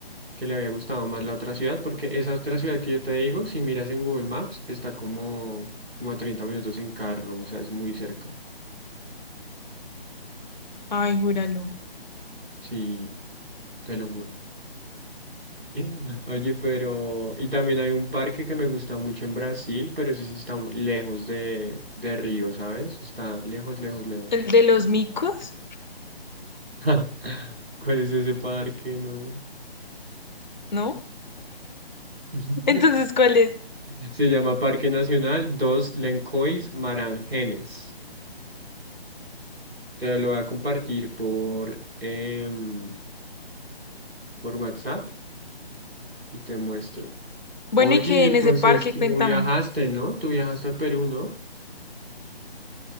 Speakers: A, on the right (about 75°); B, on the left (about 45°).
A: que le había gustado más la otra ciudad, porque esa otra ciudad que yo te digo, si miras en Google Maps, está como, como a 30 minutos en carro, o sea, es muy cerca.
B: Ay, júralo.
A: Sí, te lo juro. <laughs> Oye, pero... Y también hay un parque que me gusta mucho en Brasil, pero ese sí está lejos de, de Río, ¿sabes? Está lejos, lejos, lejos.
B: ¿El de los micos?
A: <laughs> ¿Cuál es ese parque? No.
B: ¿No?
A: <laughs>
B: <laughs> Entonces, ¿cuál es?
A: Se llama Parque Nacional Dos Lencois Marangenes. Te lo voy a compartir por, em, por WhatsApp y te muestro.
B: Bueno,
A: Oye,
B: y que
A: y entonces
B: en ese parque,
A: tú
B: cuéntame.
A: viajaste, ¿no? Tú viajaste a Perú, ¿no?